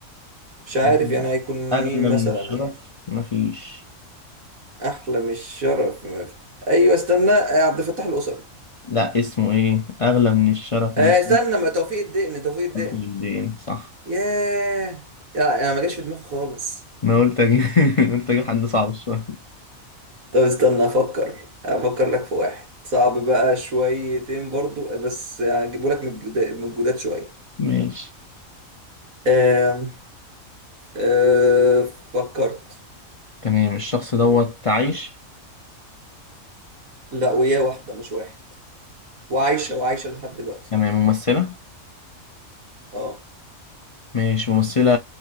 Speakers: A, on the right; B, on the left.
A: مش عارف
B: يعني
A: يعني هيكون
B: اغلى
A: مين مثلا
B: من الشرف
A: يعني
B: مفيش
A: احلى مش شرف مف... ايوه استنى آه، عبد الفتاح القصري
B: لا اسمه ايه اغلى من الشرف
A: آه،
B: مفيش
A: استنى ما توفيق الدقن توفيق الدقن
B: اخد بالدين صح
A: ياه يا انا ما جاش في دماغي خالص
B: انا قلت اجيب <laughs> قلت اجيب حد صعب شويه
A: طب استنى افكر افكر لك في واحد صعب بقى شويتين برضو بس هجيبه لك من الجداد من الجداد شويه
B: ماشي
A: آم، آه، فكرت
B: تمام الشخص دوت عايش
A: لا وياه واحده مش واحد وعايشه وعايشه لحد دلوقتي
B: تمام ممثلة
A: اه
B: ماشي ممثلة